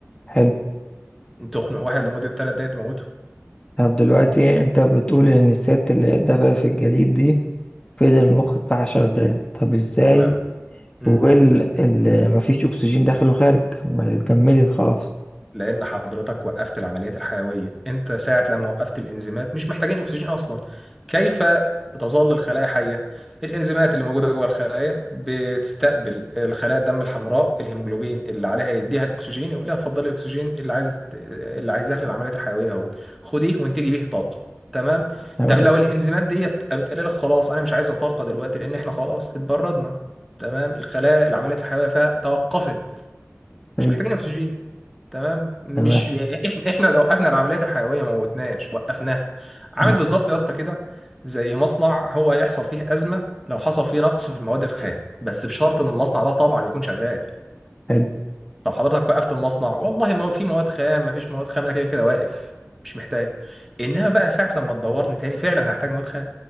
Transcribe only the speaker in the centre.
تخنق واحد لمده 3 دقائق تموته
ما... م-
م.
لان حضرتك وقفت العمليات الحيويه انت ساعه لما وقفت الانزيمات مش محتاجين اكسجين اصلا كيف تظل الخلايا حيه الانزيمات اللي موجوده جوه الخلايا بتستقبل الخلايا الدم الحمراء الهيموجلوبين اللي عليها يديها الاكسجين يقول لها اتفضلي الاكسجين اللي عايزه اللي عايزاه للعمليات الحيويه اهو خديه وانتجي بيه طاقه تمام
طب لو الانزيمات ديت بتقول لك خلاص انا مش عايزه طاقه دلوقتي لان احنا خلاص اتبردنا تمام الخلايا العمليات الحيويه فيها توقفت
مش محتاجين اكسجين تمام مش
احنا احنا لو وقفنا العمليات الحيويه ما موتناش وقفناها عامل
بالظبط يا اسطى كده زي مصنع هو هيحصل فيه ازمه لو حصل فيه نقص في المواد الخام بس بشرط ان المصنع ده طبعا يكون شغال
لو حضرتك وقفت المصنع والله ما في مواد خام ما فيش مواد خام انا كده كده واقف مش محتاج انها بقى ساعه لما تدورني تاني فعلا هحتاج مواد خام